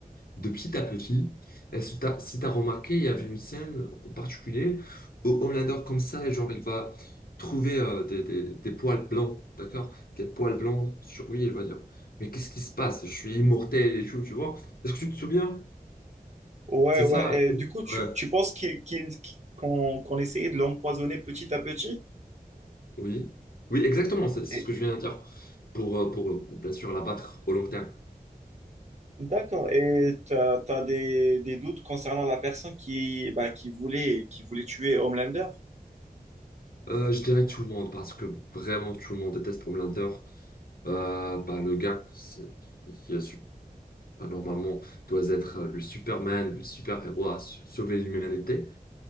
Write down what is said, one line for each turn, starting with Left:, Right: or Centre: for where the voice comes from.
Left: de petit à petit. Et si t'as, si t'as remarqué, il y avait une scène en particulier où Homelander, comme ça, genre, il va trouver euh, des, des, des poils blancs, d'accord? Des poils blancs sur lui, il va dire, mais qu'est-ce qui se passe? Je suis immortel et tout, tu vois? Est-ce que tu te souviens?
Right: Ouais,
Left: C'est
Right: ouais.
Left: ça.
Right: Et du coup, tu,
Left: ouais.
Right: tu penses qu'il, qu'il- qu'on, qu'on essayait de l'empoisonner petit à petit?
Left: Oui, oui, exactement, c'est c'est
Right: Et-
Left: ce que je viens de dire pour, euh, pour, euh, bien sûr l'abattre au long terme.
Right: D'accord. Et tu as, des, des doutes concernant la personne qui, bah, qui voulait, qui voulait tuer Homelander?
Left: Euh, je dirais tout le monde parce que vraiment tout le monde déteste Homelander. Euh, bah, le gars c'est- qui a su- bah, normalement doit être euh, le Superman, le super-héros à s- sauver l'humanité,